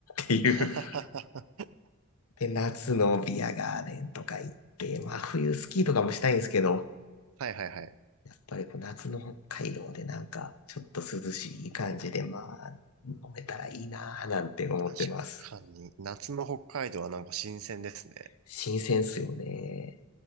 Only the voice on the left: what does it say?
ていう。
<laughs> で、夏のビアガーデンとか行って、まあ冬スキーとかもしたいんですけど、
やっぱりこう夏の北海道でなんか、ちょっと涼しい感じで、まあ、飲めたらいいなぁなんて思ってます。
新鮮っすよね。